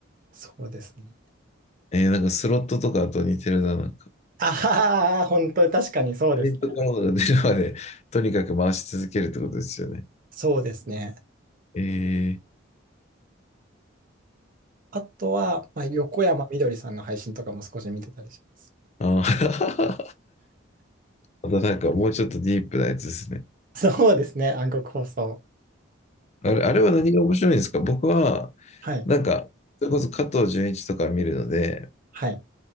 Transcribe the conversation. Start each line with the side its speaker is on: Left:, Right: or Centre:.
Right: そうですね。
Left: えー、なんかスロットとかと似てるな、なんか。
Right: ああ、本当に確かにそうです。
Left: クレジットカードが出るまで、とにかく回し続けるってことですよね。
Right: そうですね。
Left: えー、
Right: あとは、まあ、横山みどりさんの配信とかも少し見てたりします。
Left: あ <laughs> またなんかもうちょっとディープなやつですね。
Right: そうですね、暗黒放送。
Left: あれ、あれは何が面白いんですか僕は、
Right: はい、
Left: なんか、それこそ加藤純一とか見るので、
Right: はい、